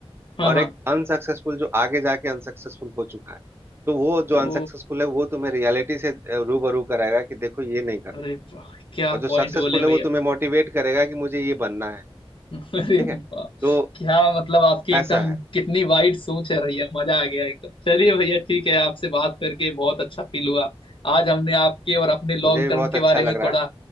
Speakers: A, on the left; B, on the right.
A: हाँ
B: और
A: हाँ
B: एक अनसक्सेसफुल जो आगे जाके अनसक्सेसफुल हो चुका है तो वो जो
A: ओ
B: अनसक्सेसफुल है वो तुम्हें रियलिटी से अ, रूबरू कराएगा कि देखो ये नहीं करना
A: अरे वाह, क्या
B: और जो
A: पॉइंट
B: सक्सेसफुल
A: बोले भैया
B: है वो तुम्हें मोटिवेट करेगा कि मुझे ये बनना है
A: <laughs> अरे
B: ठीक है
A: वाह
B: तो
A: क्या मतलब आपकी एकदम
B: ऐसा है
A: कितनी वाइड सोच है भैया मजा आ गया एकदम चलिए भैया ठीक है आपसे बात करके बहुत अच्छा फील हुआ आज हमने आपके और अपने लॉन्ग
B: मुझे भी
A: टर्म
B: बहुत
A: के
B: अच्छा
A: बारे
B: लग
A: में
B: रहा
A: थोड़ा